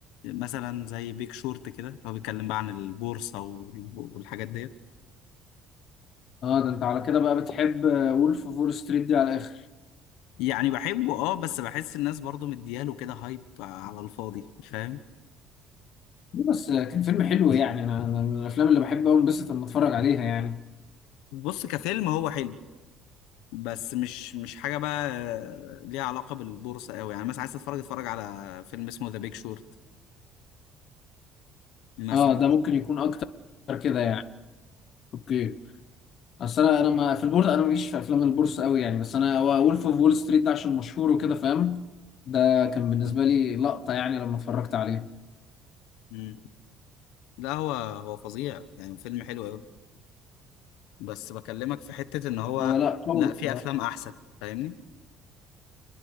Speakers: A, on the left; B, on the left.
A: مثلا زي بيك شورت كده اللي هو بيتكلم بقى عن البورصة والب- والحاجات ديت
B: اه ده انت على كده بقى بتحب وولف فول ستريت دي على الاخر
A: يعني بحبه اه بس بحس الناس برضو مدياله كده هايب على الفاضي فاهم؟
B: ليه بس آه، كان فيلم حلو يعني انا أنا من الافلام اللي بحب أوي انبسط لما اتفرج عليها يعني
A: بص كفيلم هو حلو بس مش مش حاجة بقى آه، ليها علاقة بالبورصة قوي يعني مثلا عايز تتفرج اتفرج على فيلم اسمه ذا بيك شورت مثلا
B: اه ده ممكن يكون اكتر كده يعني اوكي اصل انا انا ما في البورصه انا ماليش في افلام البورصه قوي يعني بس انا هو وولف اوف وول ستريت ده عشان مشهور وكده فاهم ده كان بالنسبه لي لقطه يعني لما اتفرجت عليه
A: مم. لا هو هو فظيع يعني فيلم حلو قوي بس بكلمك في حتة ان هو
B: هو لا قوي
A: لا
B: الصراحه
A: في افلام احسن فاهمني